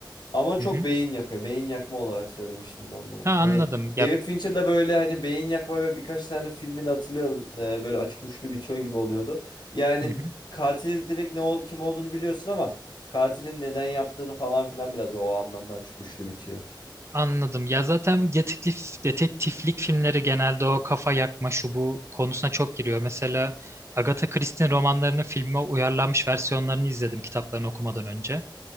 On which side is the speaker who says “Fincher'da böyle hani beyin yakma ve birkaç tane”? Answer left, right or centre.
Left